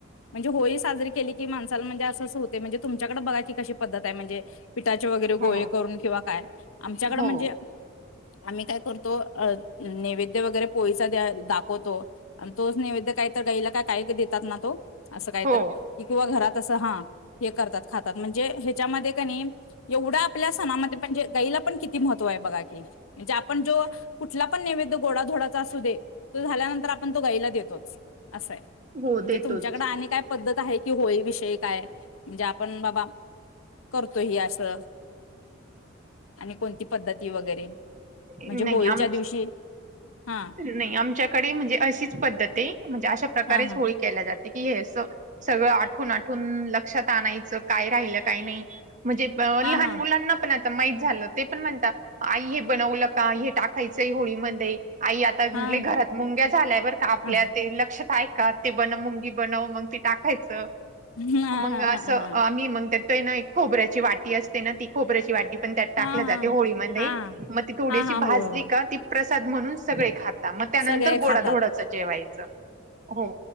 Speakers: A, on the left (about 85°); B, on the right (about 40°).
A: म्हणजे होळी साजरी केली की मासाला म्हणजे असं अस होते म्हणजे तुमच्याकडे बघा की कशी पद्धत आहे म्हणजे पिठाचे वगैरे
B: हो
A: गोळे करून किंवा काय आमच्याकडे
B: हो
A: म्हणजे आम्ही काय करतो अ नैवेद्य वगैरे पोैसा द्या दाखवतो आणि तोच नैवेद्य काही तर गाईला काय काही देतात ना तो असं काही
B: हो
A: तर क किंवा घरात असं हा हे करतात खातात म्हणजे ह्याच्यामध्ये का नाही एवढा आपल्या सणामध्ये म्हणजे गाईला पण किती महत्व आहे बघा की म्हणजे आपण जो कुठला पण नैवेद्य गोडाधोडाचा असू दे तो झाल्यानंतर आपण तो गाईला देतोच असंय
B: हो
A: म्हणजे
B: देतोच
A: तुमच्याकडे आणि काय पद्धत आहे कि होळी विषयी काय म्हणजे आपण बाबा करतो ह असं <unintelligible> आणि कोणती पद्धती वगैरे म्हणजे
B: नाही
A: होळीच्या
B: आम
A: दिवशी हा
B: नाही आमच्याकडे म्हणजे अशीच पद्धत आहे म्हणजे अशा प्रकारेच
A: हा हा
B: होळी केल्या जाते की हे असं सगळं आठून आठून लक्षात आणायचं काय राहिलं काय नाही म्हणजे अ
A: हा
B: लहान
A: हा
B: मुलांना पण आता माहीित झालं ते पण म्हणत आई हे बनवलं का हे टाकायचंय होळीमध्ये आई आता
A: हा
B: घरात मुंग्या झाल्याय बरं का आपल्या
A: हा
B: ते लक्षात आहे का ते बनव मुंगी बनव मग त टाकायचं
A: हा
B: मग
A: हा
B: असं
A: हा हा
B: मही मग त्या ना एक खोबऱ्याची वाटी असते ना ती खोबऱ्याची वाटी पण त्यात टाकले
A: हा
B: जाते
A: हा
B: होळी म
A: हा
B: मग ती थोडीशी
A: हा हा
B: भाजली
A: होय होय
B: का ती प्रसाद म्हणून सगळे खात मग त्यानंतर
A: सगळे
B: गोडाधोडाच
A: खातात
B: जेवायचं हो